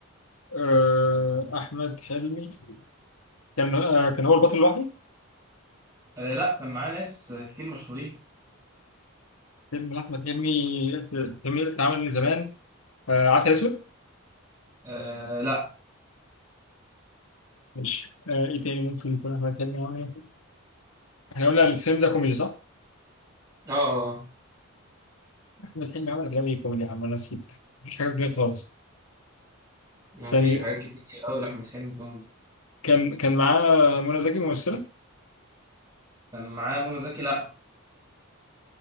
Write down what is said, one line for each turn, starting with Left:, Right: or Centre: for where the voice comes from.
Left: آه، احمد حلمي كان آه، كان هو البطل لوحده
Right: آه لا كان معاه ناس آه، كتير مشهورين
Left: فيلم لأحمد حلمي فيلم اتعمل من زمان آه عسل أسود
Right: آه لا
Left: ماشي آه إيه تاني ممكن يكون أحمد حلمي عمل إيه؟ إحنا قلنا الفيلم ده كوميدي صح؟
Right: اه آه.
Left: أحمد حلمي عمل أفلام إيه كوميدي يا عم أنا نسيت مفيش حاجة في دماغي خالص
Right: ما
Left: ثانية
Right: في حاجات كتير قوي لأحمد حلمي كوميدي
Left: كان كان معاه منى زكي ممثلة
Right: كان معاه منى زكي لا